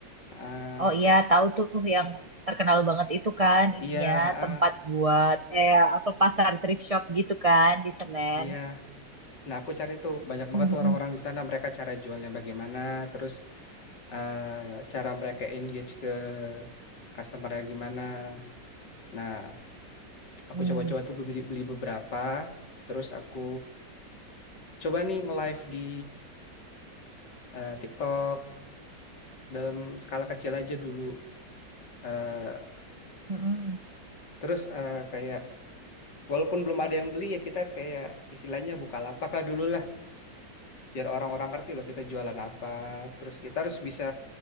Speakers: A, on the left (about 70°); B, on the right (about 30°).
A: ah
B: Oh iya, tahu tuh yang terkenal banget itu kan ininya
A: iya
B: tempat
A: ah,
B: buat kayak apa pasar thrift shop gitu kan di Senen.
A: iya nah aku cari tuh banyak banget
B: Mm-mm.
A: tuh orang-orang di sana mereka cara jualnya bagaimana terus eh cara mereka engage ke customernya gimana nah aku
B: Mm.
A: coba-coba tuh beli, beli beberapa terus aku coba nih nge-live di eh, TikTok dalam skala kecil aja dulu Eh,
B: Mm-mm.
A: terus eh, kayak Walaupun belum ada yang beli ya kita kayak istilahnya lapak lah dulu lah biar orang-orang ngerti loh kita jualan apa. Terus kita harus bisa